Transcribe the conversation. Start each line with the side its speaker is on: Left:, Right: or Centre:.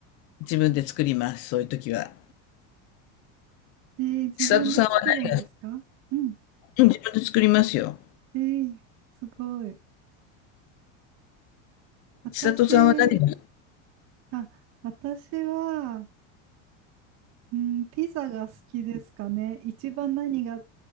Left: 自分で作ります、そういう時は。
Right: えー、自分で作るんですかうん。
Left: 千里さんは、ね、うん自分で作りますよ。
Right: えー、すごい。私、
Left: 千里さんは何が、
Right: あ、私は、うん、ピザが好きですかね。一番何が、